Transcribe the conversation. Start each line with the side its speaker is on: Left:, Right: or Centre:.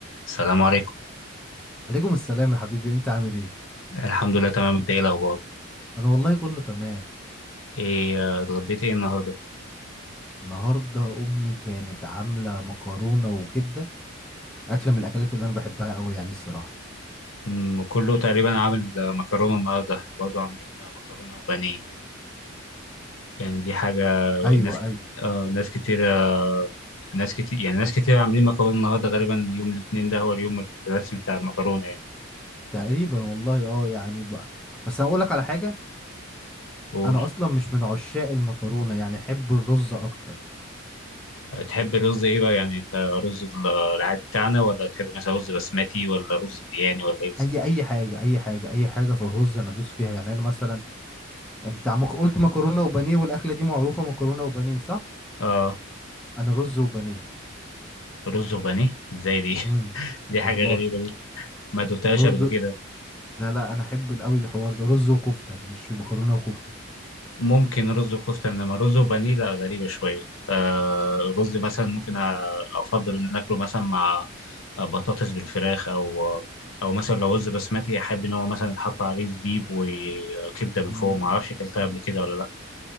Left: السلام عليكم
Centre: عليكم السلام يا حبيبي انت عامل ايه
Left: الحمد لله تمام انت ايه الاخبار
Centre: انا والله كله تمام
Left: ايه آه، اتغديت ايه النهارده
Centre: النهارده امي كانت عامله مكرونه وكبده اكله من الاكلات اللي انا بحبها قوي يعني الصراحه
Left: مم، كله تقريبا عامل آه، مكرونه النهارده احنا برضو عاملين مكرونه وبانيه يعني دي حاجه
Centre: ايوه
Left: ناس
Centre: ايوه
Left: آه ناس كتير آه ناس كتير يعني ناس كتير عاملين مكرونه النهارده غالبا يوم الاثنين ده هو اليوم الرسمي بتاع المكرونه يعني
Centre: تقريبا والله اه يعني بقى بس انا اقول لك على حاجه
Left: قول
Centre: انا اصلا مش من عشاق المكرونه يعني احب الرز اكتر
Left: آه، تحب الرز ايه بقى يعني انت رز ال- العادي بتاعنا ولا تحب مثلا رز بسمتي ولا رز برياني ولا ايه بالظبط
Centre: اي اي حاجه اي حاجه اي حاجه في الرز انا ادوس فيها يعني انا مثلا انت عم قلت مكرونه وبانيه والاكله دي معروفه مكرونه وبانيه صح
Left: اه
Centre: انا رز وبانيه
Left: رز وبانيه ازاي دي <laughs>
Centre: امم
Left: دي حاجه
Centre: والله
Left: غريبه دي ما دوتهاش
Centre: رز
Left: قبل كده
Centre: لا لا انا احب قوي الحوار ده رز وكفته مش مكرونه وكفته
Left: ممكن رز وكفتة إنما رز وبانيه لا غريبة شوية آه رز مثلا ممكن أ- أفضل إن أكله مثلا مع بطاطس بالفراخ أو أو مثلا لو رز بسمتي أحب إن هو مثلا يتحط عليه زبيب وكبدة من
Centre: مم.
Left: فوق معرفش أكلتها قبل كده ولا لأ